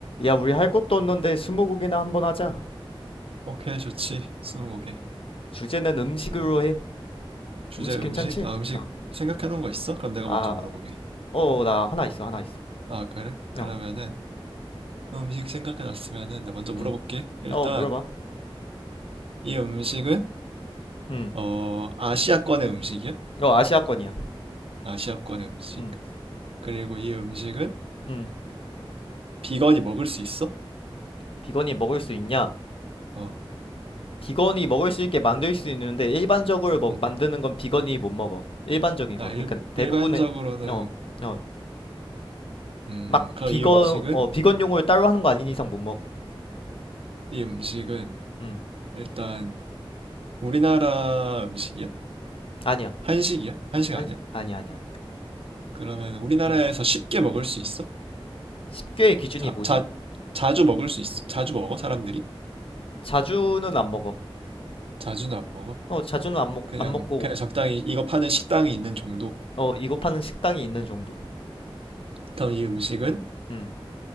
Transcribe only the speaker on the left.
야, 우리 할 것도 없는데 스무고개나 한번 하자.
주제는 음식으로 해.
음식
괜찮지?
어.
아,
어, 나 하나 있어, 하나 있어.
어,
응.
어, 물어봐.
응
어, 아시아권이야.
응
응
비건이 먹을 수 있냐?
비건이 먹을 수 있게 만들 수 있는데 일반적으로 먹,
만드는 건 비건이 못 먹어. 일반적인
거.
그러니까 대부분의
어, 어,
막
비건
어 비건용을 따로 하는 거 아닌 이상 못 먹어.
음,
아니야.
아니,
아니야, 아니야, 아니야.
음,
10개의 기준이
뭐지?
자주는 안 먹어.
어, 자주는 안 먹,
안 먹고,
어, 이거 파는 식당이 있는 정도.
음,